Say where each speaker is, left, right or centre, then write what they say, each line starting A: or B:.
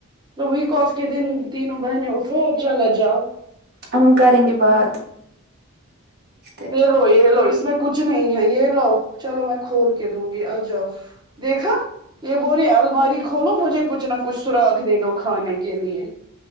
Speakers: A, on the right (about 20°); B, on the right (about 50°).
A: تو ویک آف کے دن تینوں بہنیں اٹھو چلے جاؤ
B: ہم کرینگے بات ہیں
A: یہ لو یہ لو اس میں کچھ نہیں ہے یہ لو چلو میں کھول کے دوں گی آ جاؤ دیکھا یہ بولی الماری کھولو مجھے کچھ نہ کچھ سراخ دے دو کھانے کے لیے